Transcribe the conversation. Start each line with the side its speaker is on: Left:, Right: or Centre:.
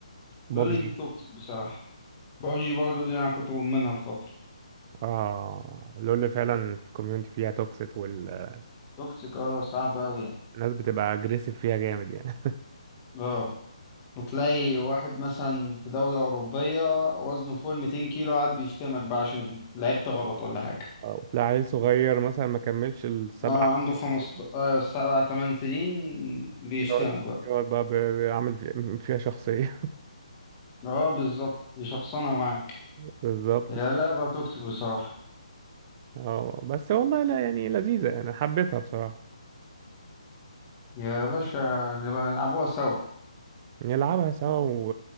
Right: بابجي
Left: لول دي توكسيك بصراحة بابجي برضه دي انا كنت مدمنها في فترة
Right: اه لول فعلا الكوميونتي فيها توكسيك والناس
Left: توكسيك اه صعب أوي يعني
Right: بتبقى اجريسيف فيها جامد يعني
Left: اه وتلاقي واحد مثلا في دولة أوروبية وزنه فوق ال 200 كيلو قاعد بيشتمك بقى عشان لعبت غلط ولا حاجة
Right: آه، <laughs> تلاقي عيل صغير مثلا ما كملش السبع
Left: اه عنده
Right: <laughs>
Left: خمس
Right: سنين،
Left: اه سبع تمن سنين بيشتمك
Right: يقعد
Left: بقى
Right: يقعد بقى ب- بيعمل في- فيها شخصية
Left: اه بالظبط يشخصنها معاك
Right: <laughs> بالظبط
Left: يا لعبة توكسيك بصراحة
Right: اه بس والله لا يعني لذيذة يعني حبيتها بصراحة
Left: يا باشا نبقى نلعبوها سوا
Right: نلعبها سوا و-